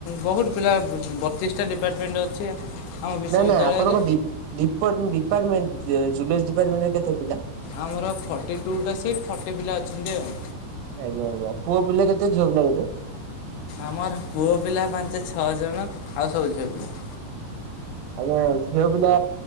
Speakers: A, on the left (about 80°); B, on the right (about 75°).
A: ବହୁତ ପିଲା ବତିଶଟା। ଡିପାର୍ଟମେଣ୍ଟ ଅଛି ଆମ ବିଶ୍ୱବିଦ୍ୟାଳୟରେ
B: ନା ନା ଆପଣଙ୍କ ଡି ଡିପ ଡିପାର୍ମେଣ୍ଟୁଲ ଡିପାର୍ଟମେଣ୍ଟ କେତେ ପିଲା?
A: ଆମର ଫର୍ଟି ଟୁଟା ସିଟ୍ ଫର୍ଟି ପିଲା ଅଛନ୍ତି ଆଉ।
B: ଆଜ୍ଞା ଆଜ୍ଞା ପୁଅ ପିଲା କେତେ ଝିଅ ପିଲା କେତେ?
A: ଆମର ପୁଅ ପିଲା ପାଞ୍ଚ ଛଅ ଜଣ ଆଉ ସବୁ ଝିଅ ପିଲା।
B: ଆଜ୍ଞା ଝିଅ ପିଲା